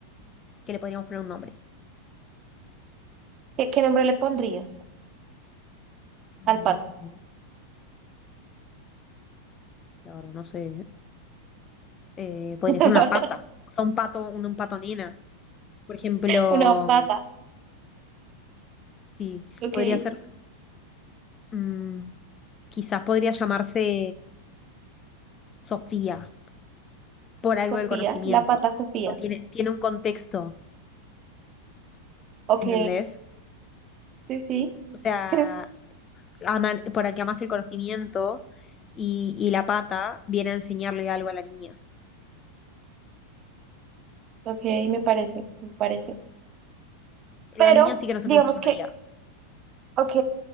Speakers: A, on the left; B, on the right.
A: que le podríamos poner un nombre.
B: ¿Qué, qué nombre le pondrías
A: Mm,
B: al pato?
A: La verdad, no sé. Eh, podría
B: <laughs>
A: ser una pata, o sea, un pato, un, un pato nena. Por ejemplo,
B: Una pata,
A: sí,
B: ok.
A: podría ser, mm, quizás podría llamarse Sofía. por algo
B: Sofía,
A: del conocimiento.
B: la pata Sofía,
A: O sea, tiene, tiene un contexto,
B: ok.
A: ¿entendés?
B: Sí, sí,
A: O sea,
B: <laughs>
A: aman, por aquí amas el conocimiento y, y la pata viene a enseñarle algo a la niña.
B: ok, me parece, me parece.
A: La
B: Pero,
A: niña sí que no sé
B: digamos
A: cómo se llamaría.
B: que, ok,